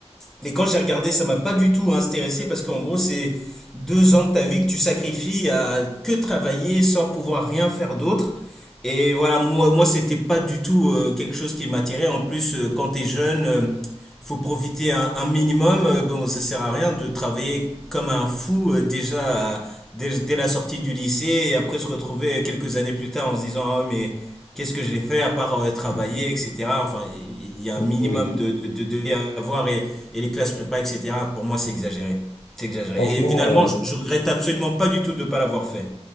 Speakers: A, in the centre; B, on the left.
A: Mais quand j'ai regardé, ça m'a pas du tout intéressé parce qu'en gros, c'est deux ans de ta vie que tu sacrifies à que travailler sans pouvoir rien faire d'autre. Et voilà, moi, moi, c'était pas du tout euh, quelque chose qui m'attirait. En plus, euh, quand t'es jeune, euh, faut profiter un, un minimum. Euh, bon, ça sert à rien de travailler comme un fou euh, déjà à- dès, dès la sortie du lycée et après se retrouver quelques années plus tard en se disant, ah oui, mais qu'est-ce que j'ai fait à part euh, travailler,
B: Hmm.
A: etc. Enfin, il y a
B: Hmm.
A: un minimum
B: Oui,
A: de, de, de, de vie à avoir et, et les classes prépa, etc. Pour moi, c'est exagéré. C'est exagéré.
B: franchement,
A: Et finalement,
B: euh,
A: je, je regrette absolument pas du tout de ne pas l'avoir fait.